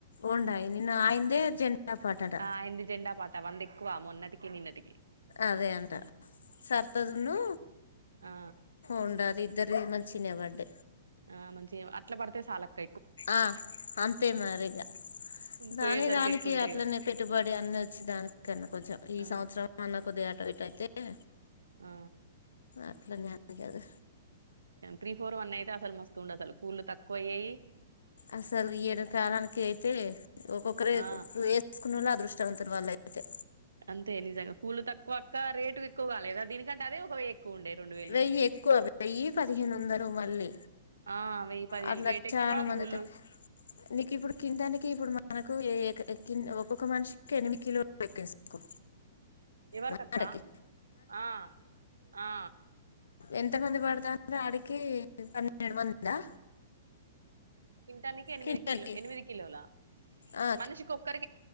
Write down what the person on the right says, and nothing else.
ఆ ఆయనది జెండా పాట వంద ఎక్కువ మొన్నటికి నిన్నటికి
ఆ
ఆ మంచి అట్లా పడితే సాలక్క
పోయేసరికి
ఎట్లుంటాయో
ఆ
ఆ
త్రీ ఫోర్ వన్ అయితే అసలు మస్తు ఉంది అసలు పూలు తక్కువ అయ్యాయి.
ఆ
అంతే నిజంగా పూలు తక్కువ అక్క రేట్ ఎక్కువ లేద దిని కంటే అదే ఒకవేళ ఎక్కువ. ఉండే రెండు వేలు
ఆ వెయ్యి పదిహేను
రేట్ ఎక్కువ
కూళ్ళు
ఎవరికి
అక్కా ఆ ఆ.
తింటానికి ఎనిమిది
కిలో ఎనిమిది కిలోలా
మనిషికి ఒక్కరి.